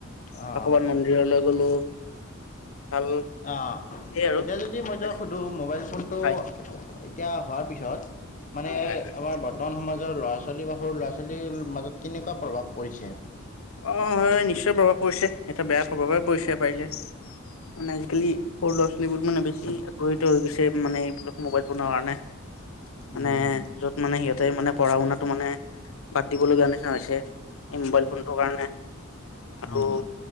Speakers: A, on the left (about 40°); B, on the left (about 75°).
A: অ,
B: বা ক'ৰবাত মন্দিৰলৈ গ'লো ভাল
A: আ
B: সেই আৰু
A: এতিয়া যদি
B: এনেকে
A: মই তক সুধো মোবাইল। তটো
B: হয়
A: এতিয়া হোৱাৰ পিছত । মানে
B: হয় হয় হয়
A: আমাৰ বৰ্তমান সমাজ । ৰ ল'ৰা ছোৱালী বা সৰু ল'ৰা ছোৱালীৰ মাজত কেনেকুৱা প্ৰভাৱ পৰিছে
B: অ হয় নিশ্চয় প্ৰভাৱ পৰিছে এয়া বেয়া। সবৰে পইচা পাৰিলে মানে আজিকালি সৰু ল'ৰা ছোৱালীবোৰ মানে বেছি আকষিত হৈ গৈছে মানে এইবিলাক মোবাইল বনোৱাৰ কাৰণে। ।
A: উম,
B: মানে
A: উম,
B: য'ত মানে সিহঁত। মানে পঢ়া শুনাাতটো মানে বাদ দিব লগীয়া নিচিনা হৈছে মানে। চোনটোৰ কাৰণে। আৰু
A: উম,